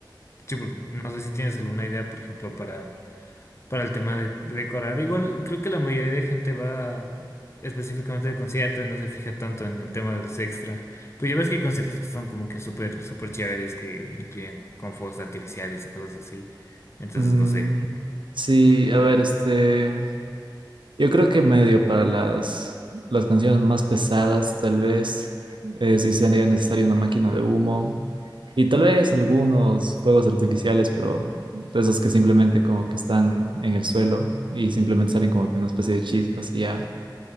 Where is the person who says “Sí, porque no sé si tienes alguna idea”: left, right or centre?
Left